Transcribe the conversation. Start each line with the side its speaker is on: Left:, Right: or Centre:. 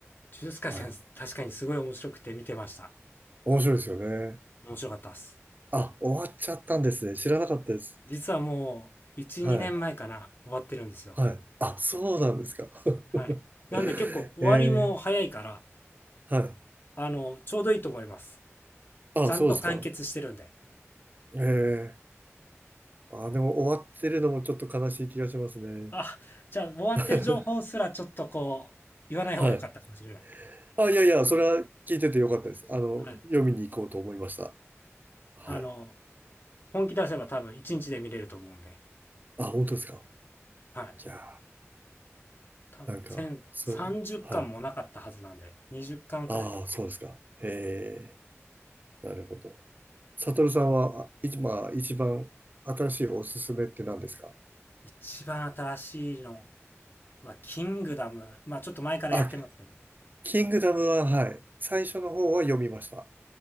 Left: 術廻戦、
Right: はい。
Left: 確かにすごい面白くて見てました。
Right: 面白いですよね。
Left: 面白かったです。
Right: あ、終わっちゃったんですね。知らなかったです。
Left: 実はもう、1、
Right: はい。
Left: 2年前かな、終わってるんですよ。
Right: はい。あ、そうなんですか。<laughs>
Left: はい。なんで結構終わりも早いから、
Right: ええ、はい。
Left: あの、ちょうどいいと思います。
Right: あ、
Left: ちゃんと完結してるんで。
Right: そうですか。ええ。あ、でも終わってるのもちょっと悲しい気がしますね。
Left: うんあ、じゃあ終わってる情報すらちょっとこう、
Right: <laughs>
Left: 言わない方が良かったかもしれない。
Right: はい。あ、いやいや、それは聞いててよかったです。あの、
Left: はい。
Right: 読みに行こうと思いました。はい。
Left: あの、本気出せば多分1日で見れると思うんで。
Right: あ、本当ですか。
Left: はい。
Right: いや
Left: 多分全30巻もなかったはずなんで、
Right: ー、なんか、そう、はい。
Left: 20巻くらい。
Right: ああ、そうですか。へえ、なるほど。サトルさんは、あ今、一番新しいおすすめって何ですか
Left: 一番新しいのは、キングダム。まあ、ちょっと前からやってますけど。
Right: あ、キングダムは、はい。最初の方は読みました。